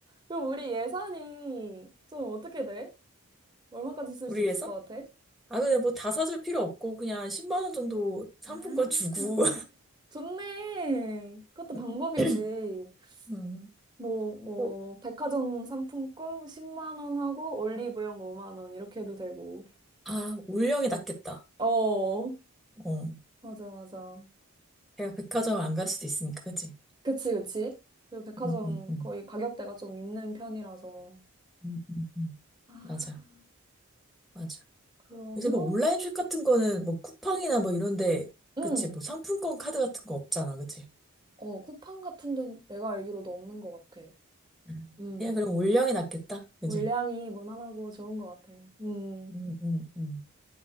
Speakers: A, on the right; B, in the centre.
A: 그럼 우리 예산이 좀 어떻게 돼? 얼마까지 쓸
B: 우리
A: 수 있을
B: 회사?
A: 것 같아?
B: 아, 근데 뭐 다 사줄 필요 없고, 그냥 10만 원 정도 상품권
A: 아,
B: 주고.
A: 좋네. 그것도
B: <laughs>
A: 방법이지.
B: 음,
A: 뭐, 뭐,
B: 어,
A: 백화점 상품권 10만 원 하고 올리브영 5만 원 이렇게 해도 되고.
B: 아, 올영이 낫겠다.
A: 어,
B: 어.
A: 맞아, 맞아.
B: 내가 백화점 안 갈 수도 있으니까, 그치?
A: 그치, 그치. 그리고 백화점
B: 음, 음, 음.
A: 거의 가격대가 좀 있는 편이라서.
B: 음, 음, 음.
A: 아,
B: 맞아, 맞아.
A: 그러면,
B: 요새 뭐 온라인 숍 같은 거는 뭐 쿠팡이나 뭐 이런데,
A: 음,
B: 그치? 뭐 상품권 카드 같은 거 없잖아, 그치?
A: 어, 쿠팡 같은 데는 내가 알기로도 없는 것 같아.
B: 음.
A: 음,
B: 그냥 그럼 올영이 낫겠다, 그치?
A: 물량이 무난하고 좋은 것 같아. 음,
B: 음, 음, 음.